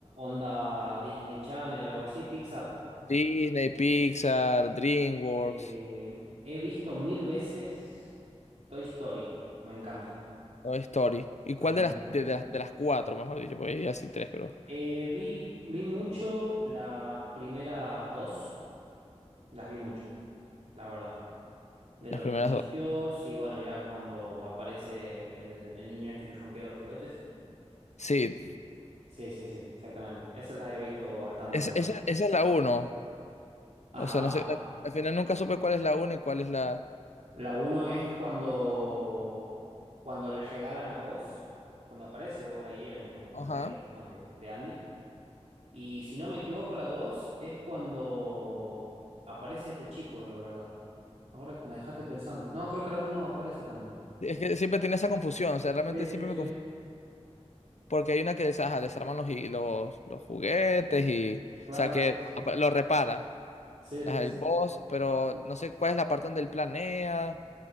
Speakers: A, on the right (about 70°); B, on the left (about 80°).
A: onda Disney Channel, algo así, Pixar.
B: Disney, Pixar, DreamWorks,
A: Eh, he visto mil veces Toy Story. Me encanta.
B: Toy Story. ¿Y cuál
A: Ujú.
B: de las, de, de las, de las cuatro, mejor dicho? Porque ya sí tres, pero
A: Eh, vi, vi mucho las primeras dos. Las vi mucho, la verdad. De
B: las
A: los
B: primeras
A: inicios
B: dos.
A: y bueno, ya cuando aparece el, el niño este que rompía los juguetes.
B: Sí,
A: Sí, sí, sí, exactamente. Esas las he visto bastante,
B: es-
A: la verdad.
B: esa, esa es la uno.
A: Ajá.
B: O sea, no sé, al al final nunca supe cuál es la uno y cuál es la...
A: La uno es cuando, cuando le regalan a vos, cuando aparece vos la en, en
B: Ajá.
A: la vida digamos, de, de Andy. Y si no me equivoco, la dos es cuando aparece este chico, la verdad. Ahora que me dejaste pensando. No, creo que la uno aparece también.
B: Es que siempre tenía esa confusión, o sea, realmente
A: Sí, sí,
B: siempre
A: sí.
B: me Porque hay una que des- ajá, desarman los, y- los, los juguetes y.
A: Claro,
B: O sea, que
A: sí, sí.
B: apa- lo repara.
A: Sí,
B: Ajá,
A: sí,
B: el boss,
A: sí.
B: pero no sé cuál es la parte donde él planea.